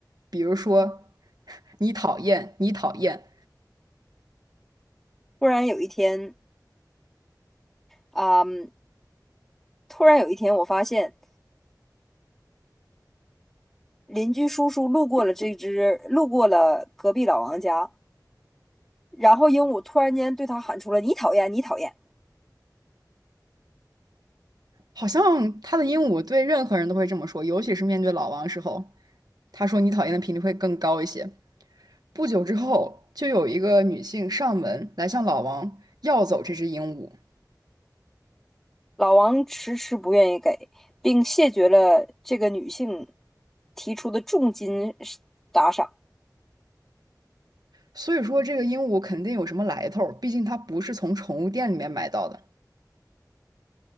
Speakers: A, on the right; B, in the centre.
A: 比如说你讨厌，你讨厌。
B: 突然有一天，啊、嗯突然有一天，我发现邻居叔叔路过了这只，路过了隔壁老王家，然后鹦鹉突然间对他喊出了“你讨厌，你讨厌”。
A: 好像它的鹦鹉对任何人都会这么说，尤其是面对老王时候，它说你讨厌的频率会更高一些。不久之后，就有一个女性上门来向老王要走这只鹦鹉，
B: 老王迟迟不愿意给，并谢绝了这个女性提出的重金打赏。
A: 所以说这个鹦鹉肯定有什么来头毕竟它不是从宠物店里面买到的。